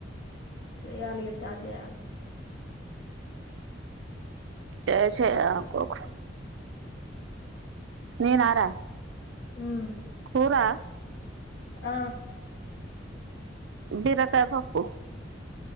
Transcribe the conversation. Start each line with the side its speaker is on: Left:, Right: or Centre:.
Left: సేయ్యలీగా స్టార్ట్ జయాలా <inaudible>
Right: తెసే ఆకోక నేనారా
Left: మ్మ్
Right: కురా
Left: ఆ
Right: బీరకాయ పప్పు